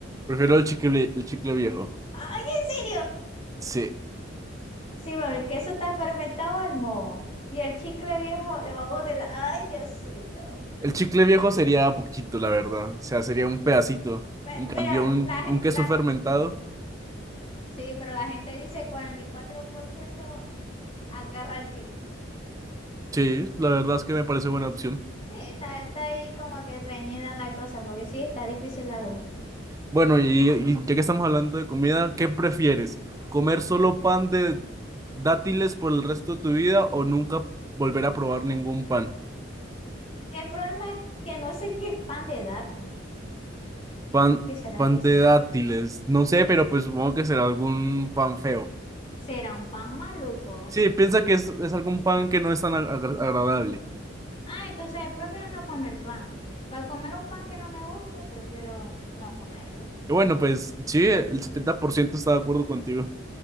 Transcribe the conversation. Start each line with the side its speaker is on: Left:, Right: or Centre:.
Right: Prefiero el chicle, el chicle viejo.
Left: Ay, ¿en serio?
Right: Sí,
Left: Sí, bueno, el queso está fermentado el moho. Y el chicle viejo debajo de la... Ay, Diosito.
Right: el chicle viejo sería poquito, la verdad. O sea, sería un pedacito.
Left: Mi-
Right: En cambio,
Left: Mira,
Right: un,
Left: la, ge-
Right: un queso
Left: la...
Right: fermentado,
Left: Sí, pero la gente dice 44% agarra el chicle.
Right: sí, la verdad es que me parece buena opción.
Left: Sí, está, está ahí como que reñida la cosa, porque sí, está difícil la dos.
Right: Bueno, y, y ya que estamos hablando de comida, ¿qué prefieres? ¿Comer solo pan de dátiles por el resto de tu vida o nunca volver a probar ningún pan?
Left: El problema es que no sé qué es pan de dato.
Right: Pan,
Left: ¿Qué será
Right: pan
Left: eso?
Right: de dátiles. No sé, pero pues supongo que será algún pan feo.
Left: ¿Será un pan maluco?
Right: Sí, piensa que es, es algún pan que no es tan ag- agra- agradable.
Left: Ah, entonces prefiero no comer pan. Para comer un pan que no me guste, prefiero no comerlo.
Right: Y bueno, pues sí, el 70% está de acuerdo contigo.